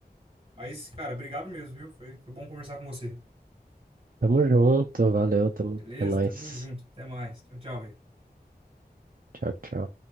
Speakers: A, on the right; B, on the right.
A: Mas, cara, obrigado mesmo, viu? Foi, foi bom conversar com você.
B: Tamo junto, valeu, tamo...
A: Beleza?
B: É nóis.
A: Tamo junto. Até mais. Tchau, tchau, velho.
B: Tchau, tchau.